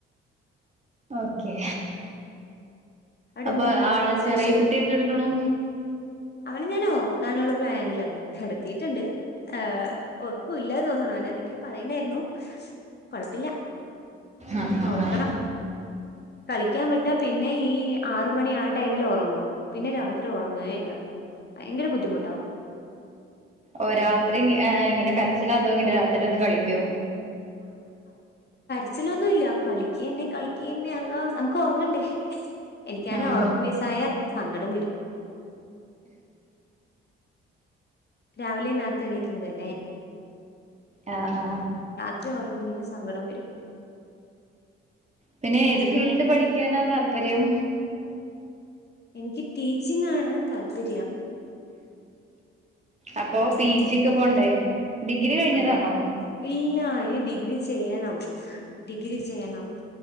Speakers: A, on the right; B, on the left.
A: ഓക്കെ
B: അവിടെ
A: അപ്പൊ
B: എന്തായിരുന്നു
A: ആളെ
B: രാവിലെ സ്പെഷ്യൽ
A: ചെറിയ കുട്ടി എന്തെടുക്കണു
B: അവനെ ഞൻ ഉറക്കാനുള്ള പ്ലാനിലാണ് കിടത്തിയിട്ടുണ്ട് ഏ് ഉറപ്പല്ലാ തോന്നണ അവന എന്തൊക്കെയോ പറയണ്ടായിരുന്നു കൊഴപ്പില്ല
A: ആഹ് ആഹ്
B: ഓർക്കണം
A: ആഹ്
B: കളിക്കാൻ വിട്ടാ പിന്നെ ഈ ആറ മണി ആ ടൈമിൽ ഉറങ്ങും പിന്നെ രാത് അത്ര ഉറങ്ങുക ഇല്ല ഭയങ്കര ബുദ്ധിമുട്ടാവ
A: ഓ രാത്രി ഇങ്ങനെ കരച്ചിലാതോ ഇങ്ങിെ രാത്രി ഒന്ന്ും കളിക്കോ
B: അസിലൊന്നും ഇല്ല കളിക്ക തന്നെ കളിക്ക തന്നെ അല്ലാഹ് നമുക്ക് ഉറങ്ങണ്ടേ എനിക്കാണ്
A: ആഹ്
B: ഓറക്കം മിസ്സായ സങ്കടം വരും രാവിലെ നേരത്തെ എണീക്കുന്നതല്ലേ
A: ആഹ ആഹ്
B: ഒറ്റ ഉറഞ്ഞല്ലെങ്കിൽ സങ്കടം വരും
A: പിന്നെ ഏത്
B: അതിന്
A: ഫീൽഡ് പഠിക്കാനാ താല്പര്യം
B: എനിക്ക് ടീച്ചിങ് ആണ് താല്പര്യം
A: അപ്പൊ
B: പിന്നെ
A: പി ജിക്ക് പോണ്ടേ ഡിഗ്രി കഴിഞ്ഞതാണോ?
B: അതെ ഇല്ല ഇനി ഡിഗ്രി ചെയ്യണം ഡിഗ്രി ചെയ്യണം